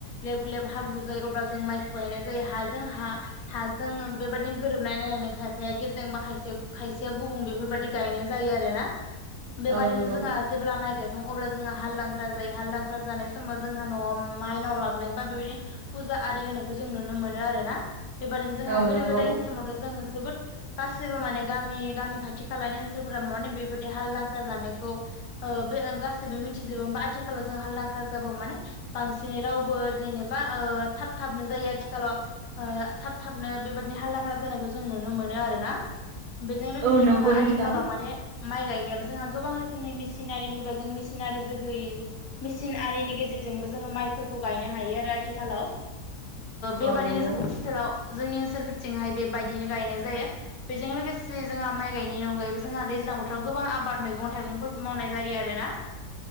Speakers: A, on the left; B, on the right.
A: ग्लेब ग्लेब हाब्रु जायो अब्ला जों माइखौ गायनाय जायो हाजों हा हाजों बेबदिनो गोरोबनाय नायनानै खायफाया गेसें बा खायसे खायसेया गुबुं बेफोरबायदि गायनाय जायो आरो ना बेबादिनो
B: औ नंगौ
A: जोंहा जेब्ला माइ गायाखां अब्ला जोंहा हालदांख्रा जायो हालदांख्रा जानाय समाव जोंहा न'आव माइनाव लाबनाय बा बेबायदि फुजा आरि होनायखौ जों नुनो मोनो आरो ना बेबादिनो जोंहा
B: औ
A: गोदो
B: नंगौ
A: गोदायनि समावथ' जों जोबोद गासैबो माने गामि गामि खाथि खालानि ओनसोलफोरा माने बेबायाददि हालदांख्रा जानायखौ बे गासिबो मिथिजोबोा आथिखालाव जों हालदांख्रा जाबो माने बांसिनै रावबो जेनेबा थाब थाबनो जायो आथिखालाव थाब थाबनो बेबादिनो हालदांांगला जानायखौ जों नुनो मोनो आरो ना। बेजों लोगोसे
B: औ
A: जोंहा
B: नंगौ नोंथां
A: आथिखालाव माने माइ गायनायाबो जोंहा गोबां रोखोमनि मिसिनारि फैबा जों मिसिनारि जोहैयो मेसििन आरिनि गेजेरजोंबो जोङो माइफोरखौ गायनो हायो आरो आथिखालाव बेबायदिनो
B: औ नंगौ
A: जों ओथिसोलाव जोंनि ओनसोलफोरथिंहाय बेबायदिनो गायनाय जायो। बेजों लोगोसे जोंहा माइ गायनि अनगायैबो जोंहा दैज्लां बोथोराव गोबां आबाद मैगं थाइगंफोर मावनाय जायो आरो ना।